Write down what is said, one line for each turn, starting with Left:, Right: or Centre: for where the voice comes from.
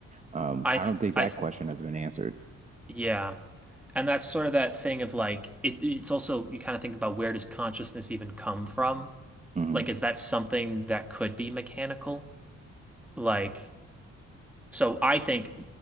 Right: Um,
Centre: I
Right: I
Centre: th
Right: don't think
Centre: I
Right: that
Centre: th
Right: question has been answered.
Centre: yeah. And that's sort of that thing of like it it's also you kind of think about where does consciousness even come from?
Right: hmm
Centre: Like is that something that could be mechanical? Like So I think